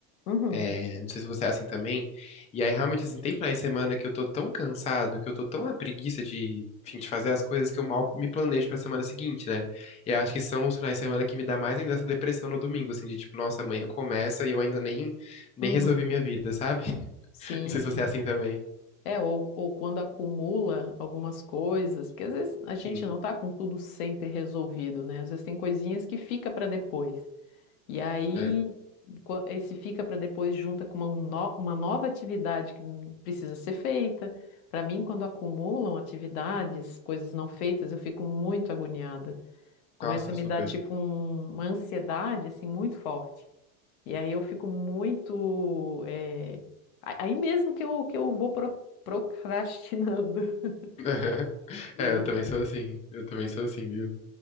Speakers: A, on the left; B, on the left.
A: Uhum,
B: É, não sei se você é assim também. E aí, realmente, assim, tem finais de semana que eu tô tão cansado, que eu tô tão na preguiça de, enfim, de fazer as coisas que eu mal me planejo pra semana seguinte, né? E eu acho que são os finais de semana que me dá mais ainda essa depressão no domingo, assim, de tipo, nossa, amanhã começa e eu ainda nem, nem
A: uhum.
B: resolvi minha vida, sabe? <laughs>
A: Sim.
B: Não sei se você é assim também.
A: É, ou, ou quando acumula algumas coisas, porque às vezes a
B: Sim,
A: gente não tá com tudo sempre resolvido, né? Às vezes tem coisinhas que fica para depois. E aí,
B: é.
A: qua- esse fica para depois junta com uma, no- uma nova atividade que hum, precisa ser feita. Para mim, quando acumulam atividades, coisas não feitas, eu fico muito agoniada. Começa
B: Nossa,
A: a
B: super.
A: me dar, tipo, um- uma ansiedade, assim, muito forte. E aí eu fico muito. eh, a- Aí mesmo que eu, que eu vou pro- procrastinando. <laughs>
B: <laughs>
A: E
B: É, eu também sou assim. Eu também sou assim, viu?